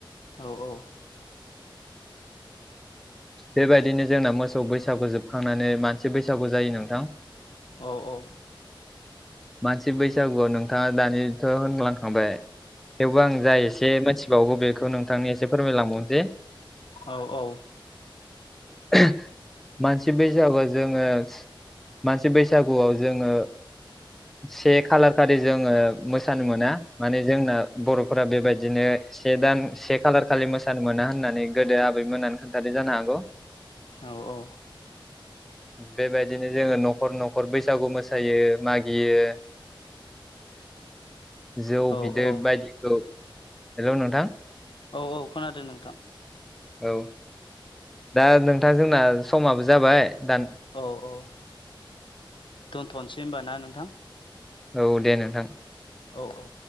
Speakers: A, on the left (about 70°); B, in the centre.
A: औ औ।
B: बेबायदिनो जोंना मोसौ बैसागु जोबखांनानै मानसि बैसागु जायो नोंथां।
A: औ औ।
B: मानसि बैसागुआव नोंथाङा दानिथ' होनलांखांबाय थेवबो आं जा एसे मिथि बावो बेखौ नोंथांनि एसे फोरमायलांबावसै।
A: औ औ।
B: <unintelligible> मानसि बैसागुआव जोङो मानसि बैसागुआव जोङो से खालार खालि जोङो मोसानो मोना माने जोंना बर'फोरा बेबायदिनो से दान से खालार खालि मोसानो मोना होननानै गोदो आबैमोनानो खोन्थादो जानो हागौ।
A: औ औ।
B: बेबायदिनो जोङो न'खर न'खर बैसागु मोसायो मागि गियो जौ
A: औ
B: बिदै
A: औ
B: बायदिखौ हेलौ नोंथां।
A: औ औ खोनादों नोंथां।
B: औ दा नोंथां जोंना समाबो जाबाय दान
A: औ औ। दोनथ'नोसै होमबा ना नोंथां?
B: औ दे नोंथां।
A: औ औ।